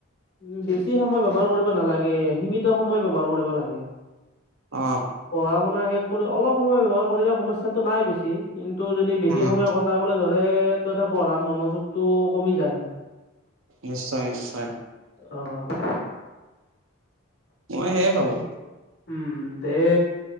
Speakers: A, on the left (about 50°); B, on the right (about 70°).
A: উ, বেছি সময় ব্যৱহাৰ কৰিব নালাগে সীমিত সময় ব্যৱহাৰ কৰিব লাগে
B: অহ
A: পঢ়া শুনা শেষ কৰি অলপ সময় ব্যৱহাৰ কৰিলে সমস্যাটো নাই বেছি কিন্তু যদি বেছি
B: উম
A: সময় কটাবলৈ ধৰে ত পঢ়াত মনোযোগ টো কমি যায়
B: নিশ্চয় নিশ্চয়
A: অ
B: মই সেয়ে ভাবো
A: উম দে